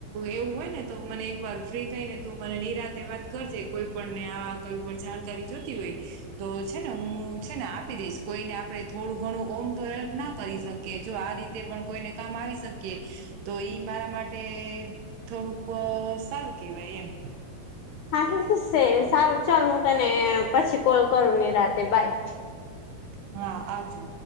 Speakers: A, on the right (about 70°); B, on the left (about 80°).
A: એવું હોય ને તો મને એક વાર ફ્રી થઈ ને તું મને નિરાતેે વાત કરજે કોઈ પણને આ કઈ પણ જાણકારી જોતી હોય તો છે ને હું છે ને આપી દઈશ કોઈને આપડે થોડું ઘણું ઓમ તો હેલ્પ ના કરી શકીએ જો આ રીતે પણ કોઈને કામ આવી શકીએ તો ઈ મારા માટે થોડુંક અ સારું કેવાય એમ
B: હાંઠું સુષે સારું ચલ હું તને પછી કોલ કરું નીરાતે બાય
A: હા આવજો